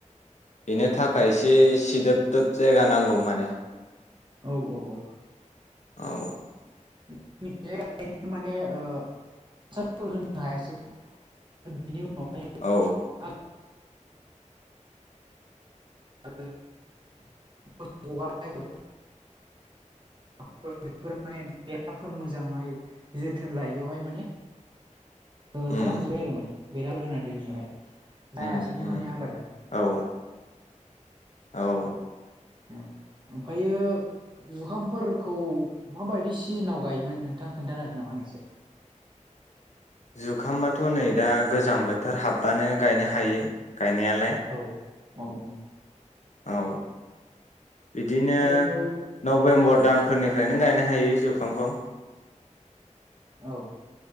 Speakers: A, on the left; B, on the right.
A: बेनो थाखाय एसे सिदोब दोब जायगा नांगौ माने।
B: औ औ औ
A: औ
B: <unintelligible> <unintelligible>
A: औ ओ
B: <unintelligible> <unintelligible> बेफोर माने बेलाफोर मोजांहाय जोथोन लायैयावहाय माने ओ
A: उम
B: जालां जोबबाय आरो माने बेराफोर होना दोनिआवहाय।
A: उम
B: आयासिनो
A: उम
B: माने आबादानो।
A: औ औ
B: औ ओमफायो जुखामफोरखौ माबायदि सिजोनाव गायोमोन नोंथां खोन्थानो हागोन नामा आंनो एसे?
A: जुखामाथ' नै दा गोजां बोथोर हाबबानो गायनो हायो। गायनायालाय।
B: औ औ औ।
A: औ बिदिनो
B: ओमफ्रायो
A: नभेम्बर दानफोरनिफ्रायनो गायनो हायो जुखामखौ।
B: औ